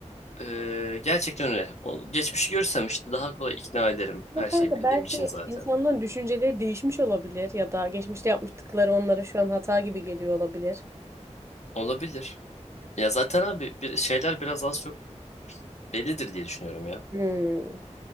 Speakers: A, on the left; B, on the right.
A: e, gerçekten öyle. O, geçmişi görsem işte daha kolay ikna ederim.
B: Ama
A: Her
B: kanka
A: şeyi bildiğim
B: belki
A: için zaten.
B: insanların düşünceleri değişmiş olabilir ya da geçmişte yapmıştıkları onlara şu an hata gibi geliyor olabilir.
A: Olabilir. Ya zaten abi bir şeyler biraz az çok bellidir diye düşünüyorum ya.
B: Hmm,